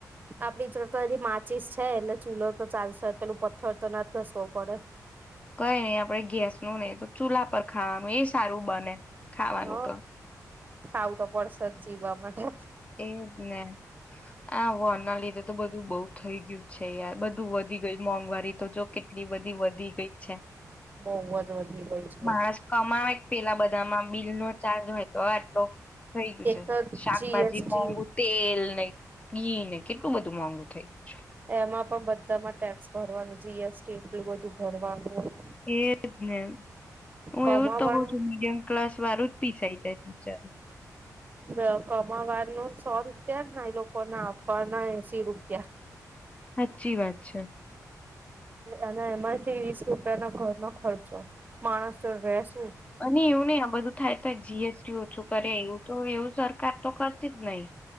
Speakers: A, on the right; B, on the left.
A: આપડી જોડે તો હજી માચીસ છે એટલે ચૂલો તો ચાલશે પેલું પથ્થર તો ના ઘસવો પડે.
B: કઈ નહી આપે ગેસ ન નહી તો ચૂલા પર ખાવાનું એ સારું બને. ખાવાનું
A: હ.
B: તો
A: ખાવુ તો પડશે જ જીવવા માટે.
B: એજ ને આ વોર ના લીધે તો બધું બઉુ થઈ ગયું છે યાર બધું વધી ગઈ મોંઘવારી તો જો કેટલી બધી વધી ગઈ છે.
A: બહુ જ વધી ગયું છે
B: માણસ કમાવે પેલા બ આમાં બિલ નો ચાર્જ હોય તો આ આટલો. થઈ ગયું
A: એક
B: છે
A: તો
B: શાક.
A: જીએસટી
B: ભાજી મોંઘુ તેલ નહી. ઈ કેટલું બધું મોઘુ થઈ ગુ છે.
A: એમાં પણ બધામાં ટેક્સ ભરવાનું જી એસ ટી એટલું બધું ભરવાનું
B: એ જ ને. હું
A: કમાવાનું
B: એવું જ તો કઉ છું મીડિયમ ક્લાસ વાળું જ પી થઈ જાય પિચર.
A: ક કમાવાનું સો રૂપિયા એ લોકોને આપવાના એશી રૂપિયા.
B: સાચી વાત છે.
A: એના એમાંથી વીસ રૂપિયાનો ઘરનો ખર્ચો. માણસ તો રહેશું
B: અને એવું નહી આ બધું થાય તો જી એસ ટી ઓછું કરે એવું તો એવું સરકાર તો કરતી જ નહી.